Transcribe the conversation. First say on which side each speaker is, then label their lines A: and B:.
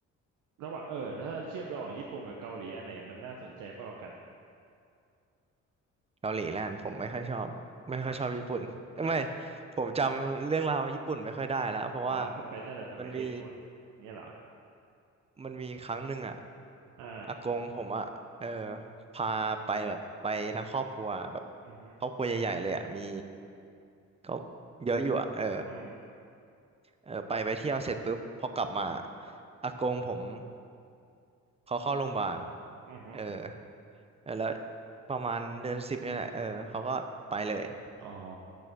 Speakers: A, on the right (about 85°); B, on the right (about 20°).
A: ระหว่างเออแล้วถ้าเทียบระหว่างญี่ปุ่นกับเกาหลีอันไหนมันน่าสนใจมากกว่ากัน
B: เกาหลีแล้วกันผมไม่ค่อยชอบไม่ค่อยชอบญี่ปุ่นเอ้ยไม่
A: เอ้า <coughs>
B: ผมจำเรื่องราวญี่ปุ่นไม่ค่อยได้แล้วเพราะว่า
A: <laughs> อ๋อไปตั้งแต่สมัยเด็กวะอย่างเงี้ยเหรอ
B: มันมี มันมีครั้งหนึ่งอ่ะ
A: อ่า
B: อากงผมอ่ะเออพาไปแบบไปทั้งครอบครัวแบบ
A: อือฮึ
B: ครอบครัวใหญ่ๆเลยอ่ะมีก็เยอะอยู่อ่ะเออ
A: อืม
B: เออไปไปเที่ยวเสร็จปุ๊บพอกลับมาอากงผมเขาเข้าโรงพยาบาล
A: อือฮึ
B: เออเออแล้วประมาณเดือนสิบเนี่ยแหละเออเขาก็ไปเลย
A: อ๋อ